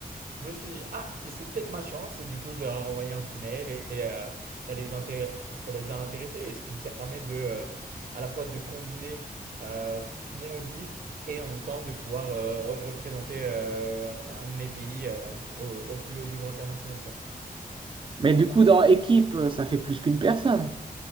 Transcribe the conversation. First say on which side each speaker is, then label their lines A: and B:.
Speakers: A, on the right; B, on the right.
A: je me suis dit, ah, c'est peut-être ma chance. Et du coup, je leur ai envoyé un petit mail et euh, ça les inté- ça les a intéressés. Et ce qui me permet de, euh, à la fois de combiner euh, mon hobby et en même temps de pouvoir euh, représenter euh, un de mes pays euh, au, au plus haut niveau international, quoi.
B: Mais du coup, dans équipe, ça fait plus qu'une personne.